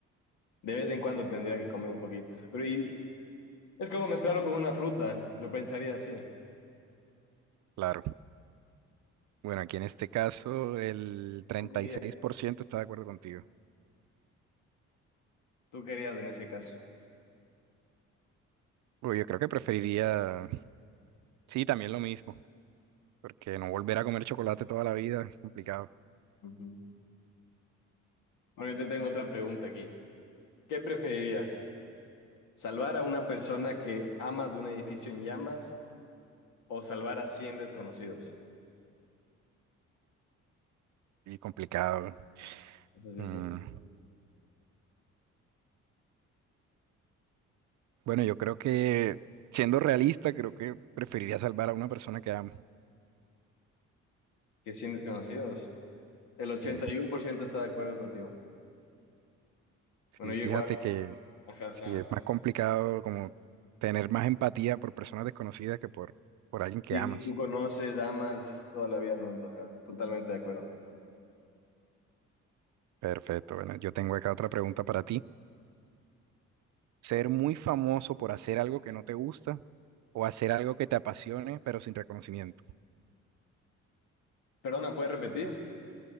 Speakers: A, on the left; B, on the right.
A: de vez en cuando tendría que comer un poquito. Pero ¿y, Es como mezclarlo con una fruta, lo pensaría así.
B: Claro. Bueno, aquí en este caso el treinta
A: Tú querías,
B: y seis por ciento está de acuerdo contigo.
A: tú querías en ese caso.
B: Uy, yo creo que preferiría, sí, también lo mismo, porque no volver a comer chocolate toda la vida es complicado.
A: Ujú. Bueno, yo te tengo otra pregunta aquí. ¿Qué preferirías? ¿Salvar a una persona que amas de un edificio en llamas o salvar a 100 desconocidos?
B: Y complicado.
A: Entonces,
B: Mm,
A: como,
B: Bueno, yo creo que, siendo realista, creo que preferiría salvar a una persona que amo.
A: ¿qué 100 desconocidos? El
B: Sí,
A: 81% está de acuerdo contigo.
B: sí,
A: Bueno, yo
B: fíjate
A: igual,
B: que
A: ajá, o
B: sí,
A: sea,
B: es más complicado como tener más empatía por personas desconocidas que por, por alguien que
A: alguien
B: amas.
A: que tú conoces, amas toda la vida, no, Antoja, totalmente de acuerdo.
B: Perfecto. Bueno, yo tengo acá otra pregunta para ti. ¿Ser muy famoso por hacer algo que no te gusta o hacer algo que te apasione pero sin reconocimiento?
A: Perdona, ¿puedes repetir?